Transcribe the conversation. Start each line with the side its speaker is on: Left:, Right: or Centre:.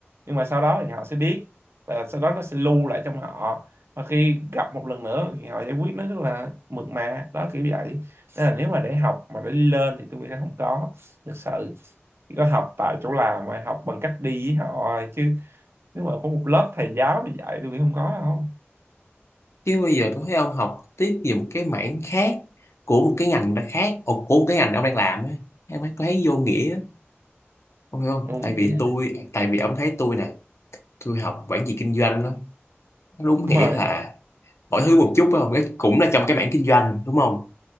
Right: nhưng mà sau đó thì họ sẽ biết và sau đó nó sẽ lưu lại trong họ và khi gặp một lần nữa thì họ giải quyết nó rất là mượt mà đó kiểu vậy nên là nếu mà để học mà để đi lên thì tôi nghĩ nó không có thực sự chỉ có học tại chỗ làm rồi học bằng cách đi với họ rồi. chứ nếu mà có một lớp thầy giáo thì dạy tôi nghĩ không có đâu
Left: chứ bây giờ tôi thấy ông học tiếp về một cái mảng khác của một cái ngành đã khác ồ, của một cái ngành ông đang làm á em ấy có thấy vô nghĩa á. ông hiểu không
Right: tôi không
Left: tại
Right: nghĩ
Left: vì tôi tại vì ông thấy tôi nè tôi học quản trị kinh doanh đó nó đúng
Right: đúng
Left: nghĩa
Right: rồi
Left: là mọi thứ một chút phải không Cái cũng là trong cái mảng kinh doanh đúng không